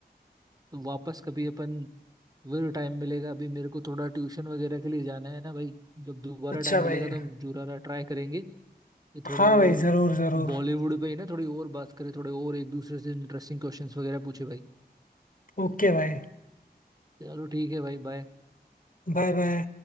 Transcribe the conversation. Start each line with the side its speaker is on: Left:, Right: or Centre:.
Right: तो वापस कभी अपन जरूर टाइम मिलेगा अभी मेरे को थोड़ा ट्यूशन वगैरह के लिए जाना है ना भाई जब दोबारा
Left: अच्छा
Right: टाइम
Left: भाई
Right: मिलेगा तो हम जुरारा ट्राई करेंगे कि थोड़े
Left: हाँ
Right: और
Left: भाई ज़रूर ज़रूर
Right: बॉलीवुड पे ही ना थोड़ी और बात करें थोड़े और एक दूसरे से इंटरेस्टिंग क्वेश्चंस वगैरह पूछे भाई
Left: ओके भाई
Right: चलो ठीक है भाई बाय
Left: Bye bye